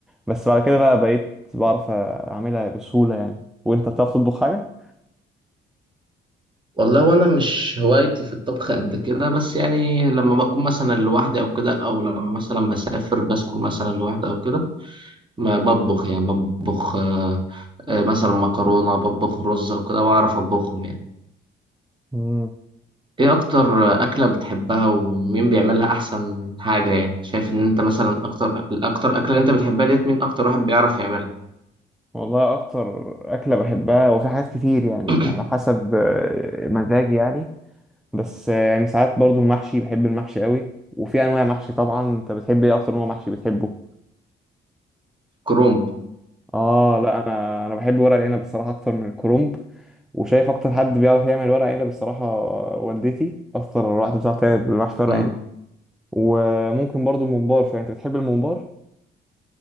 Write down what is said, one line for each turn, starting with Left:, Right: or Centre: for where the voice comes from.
Centre: بس بعد كده بقى بقيت بعرف اعملها بسهوله يعني وانت بتعرف تطبخ حاجه
Right: والله وانا مش هوايتي في الطبخ قد كده بس يعني لما بكون مثلا لوحدي او كده او لما مثلا بسافر بسكن مثلا لوحدي او كده ما بطبخ يعني بطبخ آه، آه، مثلا مكرونة بطبخ رز أو كده وأعرف أطبخهم يعني
Centre: مم.
Right: إيه أكتر أكلة بتحبها ومين بيعملها أحسن حاجة يعني شايف إن أنت مثلا أكتر الأكتر أكلة أنت بتحبها ديت مين أكتر واحد بيعرف يعملها
Centre: والله اكتر اكله بحبها وفي حاجات كتير يعني
Right: <coughs>
Centre: على حسب آه، مزاجي يعني بس آه، يعني ساعات برضو المحشي بحب المحشي قوي وفي انواع محشي طبعا انت بتحب ايه اكتر نوع محشي بتحبه
Right: <clears throat> كرومب
Centre: اه لا انا انا بحب ورق العنب بصراحه اكتر من الكرنب وشايف اكتر حد بيعرف يعمل ورق عنب بصراحه آه، والدتي اكتر واحده بتعرف تعمل محشي ورق
Right: مم.
Centre: عنب وممكن برضو الممبار فانت بتحب الممبار